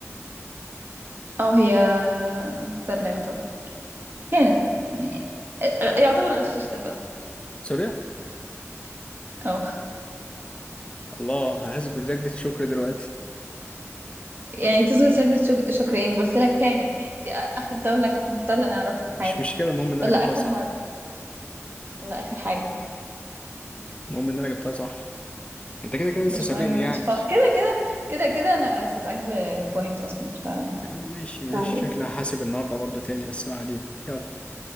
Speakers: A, on the right; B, on the left.
A: اه هي محتلة يعتبر كانت م... يعني- آه، آه، يعتبر غششتك اصلا
B: سوريا؟
A: اه
B: الله ههزك وتزايد الشكر دلوقتي
A: يعني تسجد سجدة شك- شكر ايه قلت لك كانت يعني دي اخر دولة كانت محتلة انا اعرفها في
B: مش
A: حياتي
B: مشكلة المهم إن أنا
A: يلا
B: جبتها
A: اخر
B: صح
A: مره يلا اخر حاجه
B: المهم إن أنا جبتها صح أنت كده كده لسه
A: مش
B: سابقني
A: مهم ماشي
B: يعني
A: خلاص كده كده كده كده انا سابقاك ببوينت اصلا ف
B: يا عم ماشي ماشي
A: ما علينا
B: شكلي هحاسب النهاردة برضه تاني بس ما علينا يلا